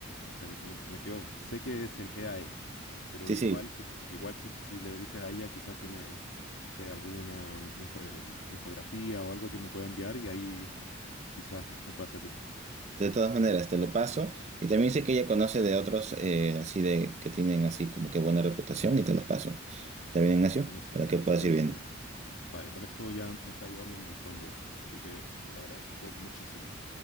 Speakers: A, on the left; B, on the right.
A: no sé, me, me quedo. Sé que es el EAE, pero
B: Sí,
A: igual
B: sí,
A: si, igual si, si le dices a ella, quizás tiene, no sé, alguna mm, info- eh, infografía o algo que me pueda enviar y ahí quizás me, me pueda servir.
B: de todas maneras, te lo paso. Y también sé que ella conoce de otros eh, así de que tienen así como que buena reputación y te los paso. ¿Está bien, Ignacio?
A: Buenísimo,
B: Para que puedas
A: buenísimo.
B: ir viendo.
A: Vale, con eso ya me está ayudando un montón, Diego. Así que te lo agradezco muchísimo.